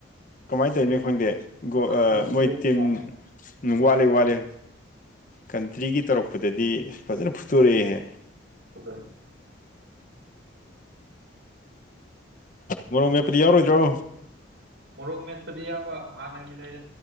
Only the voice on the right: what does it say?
ꯈꯔ
ꯐꯨꯗꯣꯛꯄ
ꯋꯥꯠꯂꯦ
ꯐꯨꯗ꯭ꯔꯦ
ꯃꯣꯔꯣꯛ ꯃꯦꯠꯄꯗꯤ ꯏꯌꯥꯝꯕ ꯍꯥꯟꯅꯒꯤ ꯂꯩꯔꯦ꯫